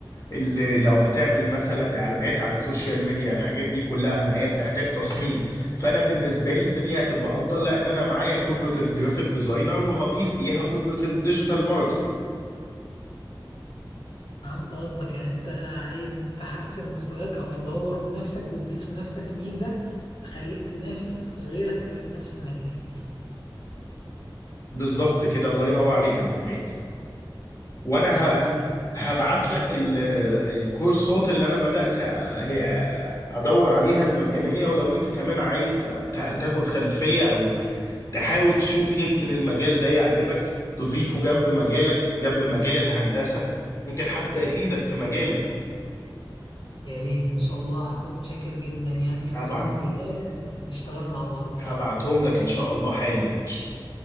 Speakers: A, on the left; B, on the left.
A: اللي لو هتعمل مثلا اعلانات على السوشيال ميديا الحاجات دي كلها ما هي بتحتاج تصميم فانا بالنسبه لي الدنيا هتبقى افضل لان انا معايا خبره الجرافيك ديزاينر وهضيف ليها خبره الديجيتال ماركتينج
B: فهمت قصدك يعني أنت عايز تحسن مستواك أو تدور من نفسك وتضيف لنفسك ميزة تخليك تنافس غيرك اللي في نفس مجالك
A: بالظبط كده الله ينور عليك يا ابو حميد وانا
B: إن شاء الله
A: ه-
B: تقدر
A: هبعت
B: إن
A: لك
B: شاء
A: ال-
B: الله
A: الكورسات اللي انا بدأت أ- هي ادور عليها المجانية ولو انت كمان عايز ت- تاخد خلفية او تحاول تشوف يمكن المجال ده يعجبك تضيفه جنب مجالك جنب مجال الهندسة ممكن حتى يفيدك في مجالك
B: يا ريت ان شاء الله هكون شاكر جدا يعني وبإذن
A: هبعت
B: الله نشتغل مع بعضين
A: هبعتهم لك ان شاء الله حالا يا باشا